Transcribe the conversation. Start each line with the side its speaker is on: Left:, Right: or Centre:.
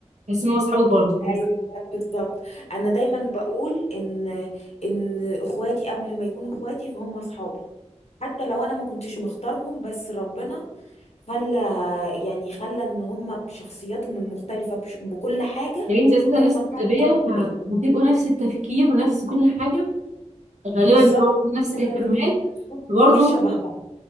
Right: بحس ان هو اصحابك برضه في
Left: ايوه
Right: نفس-
Left: بالظبط انا دايما بقول ان ان اخواتي قبل ما يكونوا اخواتي فهم اصحابي حتى لو انا ما كنتش مختارهم بس ربنا خلى يعني خلى ان هم بشخصياتهم المختلفه بش... بكل حاجه
Right: يا بنتي اساسا
Left: هم
Right: نفس التربيه
Left: فعلا اقرب ليا
Right: فبتبقوا نفس التفكير ونفس كل حاجه غالبا
Left: بالظبط
Right: بيبقوا نفس
Left: هم
Right: الاهتمامات
Left: مريتوا بظروف
Right: برضه
Left: كتير شبه بعض